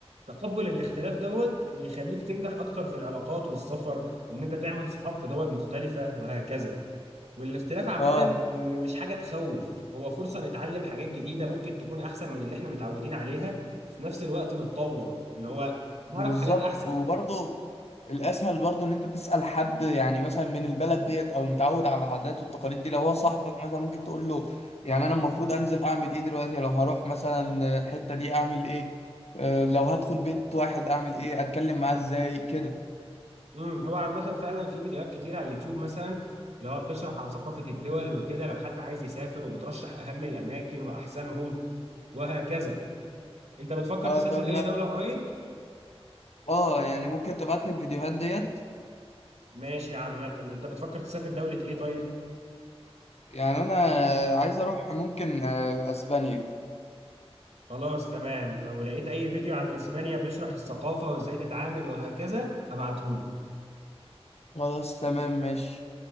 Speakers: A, on the right; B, on the left.
A: تقبل الاختلاف دوت بيخليك تنجح اكتر في العلاقات والسفر وان انت تعمل صحاب في دول مختلفه وهكذا والاختلاف عامة
B: اه
A: م- مش حاجة تخوف هو فرصة نتعلم حاجات جديدة ممكن تكون أحسن من اللي احنا متعودين عليها في نفس الوقت نتطور اللي هو نعرف
B: بالظبط
A: حاجات أحسن
B: وبرضه الاسهل برضو ان انت تسال حد يعني مثلا من البلد ديت او متعود على العادات والتقاليد دي لو هو صاحبك مثلا ممكن تقول له يعني انا المفروض انزل اعمل ايه دلوقتي لو هروح مثلا الحته دي اعمل ايه آه، لو هدخل بيت واحد اعمل ايه اتكلم معاه ازاي كده
A: امم هو عامة فعلا في فيديوهات كتير على اليوتيوب مثلا اللي هو بتشرح عن ثقافة الدول وكده لو حد عايز يسافر وبترشح أهم الأماكن وأحسنهم وهكذا أنت بتفكر
B: اه
A: تسافر
B: طب ما
A: أي دولة قريب؟
B: اه يعني ممكن تبعت لي الفيديوهات ديت
A: ماشي عامة أنت بتفكر تسافر دولة إيه طيب؟
B: يعني انا عايز اروح ممكن آه، اسبانيا
A: خلاص تمام لو لقيت أي فيديو عن أسبانيا بيشرح الثقافة وإزاي تتعامل وهكذا هبعتهولك
B: خلاص تمام ماشي